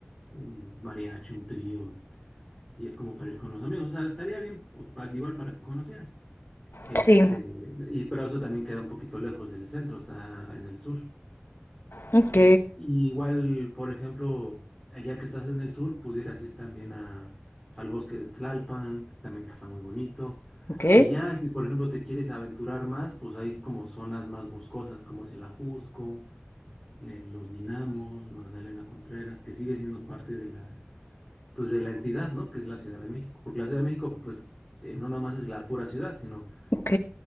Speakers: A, in the centre; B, on the left.
A: un mariachi, un trío, y es como para ir con los amigos, o sea, estaría bien, pues, pa- igual para que conocieras. Este,
B: sí,
A: y pero eso también queda un poquito lejos del centro, está en el sur.
B: ok,
A: Es, y igual, por ejemplo, allá que estás en el sur, pudieras ir también a, al bosque de Tlalpan, también que está muy bonito.
B: ok,
A: Y ya, si por ejemplo te quieres aventurar más, pues hay como zonas más boscosas, como es el Ajusco, le- los Dinamos, Magdalena Contreras, que sigue siendo parte de la, pues de la entidad, ¿no? Que es la Ciudad de México. Porque la Ciudad de México, pues, eh, no nomás es la pura ciudad, sino
B: ok,